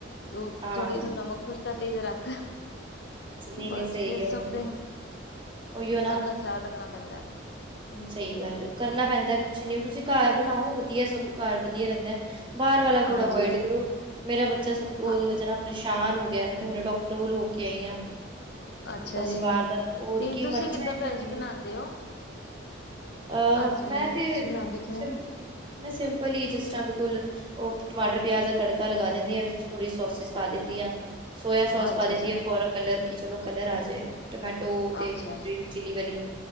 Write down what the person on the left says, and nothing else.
ਓ
ਥੋੜ੍ਹੀ ਇਹਨੂੰ ਨਮਕ ਮਿਰਚਾਂ ਤੇਜ਼ ਰੱਖ।
ਬਸ
ਫੇਰ
ਸਭ
ਦੇ
ਸਭ ਦਾ ਖਿਆਲ ਰੱਖਣਾ ਪੈਂਦਾ।
ਹਾਂਜੀ
ਹਾਂ
ਅੱਛਾ
ਜੀ।
ਤੇ
ਤੁਸੀਂ
ਕਿੱਦਾਂ
ਭੈਣ
ਜੀ ਬਣਾਉਂਦੇ ਹੋ
ਘਰ ਜਿਵੇਂ
ਜਦੋਂ
ਤੁਸੀਂ ਬਣਾਉਂਦੇ ਹੋ ਕਿਵੇਂ?
ਅੱਛਾ
ਜੀ
ਅੱਛਾ
ਜੀ